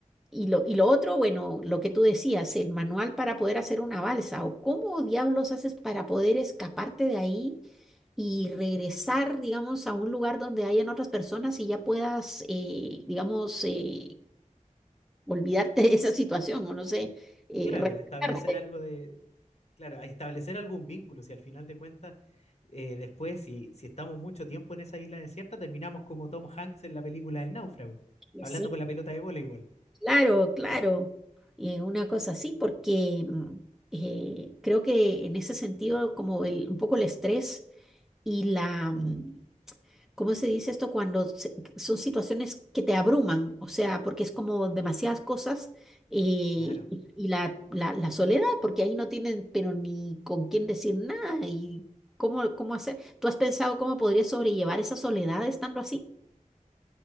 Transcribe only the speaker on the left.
Claro,
establecer algo de, claro, a establecer algún vínculo, si al final de cuentas, eh, después, si, si estamos mucho tiempo en esa isla desierta, terminamos como Tom Hanks en la película El Náufrago,
hablando con la pelota de voleibol.
Claro.